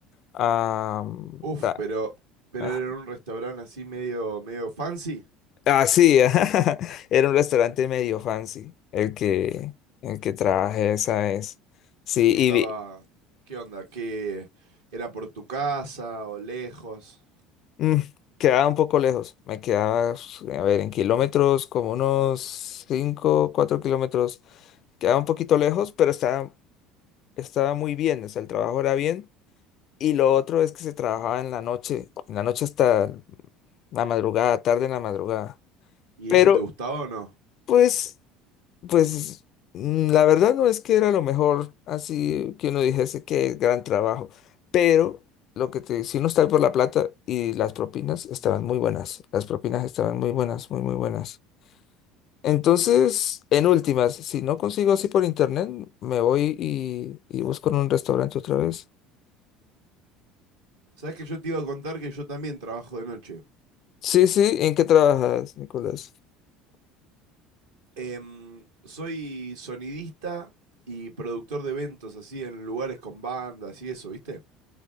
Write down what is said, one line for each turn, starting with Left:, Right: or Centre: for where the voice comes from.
Left: Ah,
Right: Uf,
Left: ta-
Right: pero, pero
Left: ah,
Right: era en un restaurante así medio, medio fancy
Left: ah, sí, <laughs> ajá, era un restaurante medio fancy el que, el que trabajé esa vez. Sí,
Right: y estaba,
Left: y vi-
Right: ¿qué onda? ¿Qué era por tu casa o lejos?
Left: mm, quedaba un poco lejos, me quedaba, a ver, en kilómetros como unos 5 cuatro kilómetros Quedaba un poquito lejos, pero estaba, estaba muy bien, o sea, el trabajo era bien. Y lo otro es que se trabajaba en la noche, en la noche hasta la madrugada, tarde en la madrugada.
Right: ¿Y
Left: Pero,
Right: eso te gustaba o no?
Left: pues, pues, mm, la verdad no es que era lo mejor, así que uno dijese que gran trabajo. Pero lo que te, si uno está por la plata y las propinas estaban muy buenas, las propinas estaban muy buenas, muy, muy buenas. Entonces, en últimas, si no consigo así por internet, me voy y, y busco en un restaurante otra vez.
Right: Sabes que yo te iba a contar que yo también trabajo de noche.
Left: Sí, sí, ¿en qué trabajas, Nicolás?
Right: Em, soy sonidista y productor de eventos así en lugares con bandas y eso, ¿viste?